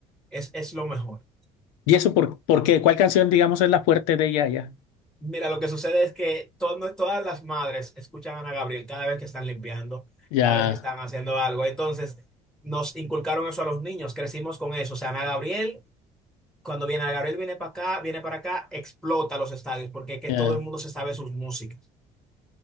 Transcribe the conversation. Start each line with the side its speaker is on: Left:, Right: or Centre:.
Centre: es, es lo mejor.
Left: ¿Y eso por, por qué? ¿Cuál canción, digamos, es la fuerte de ella ya?
Centre: Mira, lo que sucede es que todo- todas las madres escuchan a Ana Gabriel cada vez que están limpiando,
Left: Ya,
Centre: cada vez que están haciendo algo. Entonces, nos inculcaron eso a los niños, crecimos con eso. O sea, Ana Gabriel, cuando viene Ana Gabriel, viene para acá, viene para acá, explota los estadios, porque es que
Left: ya.
Centre: todo el mundo se sabe sus músicas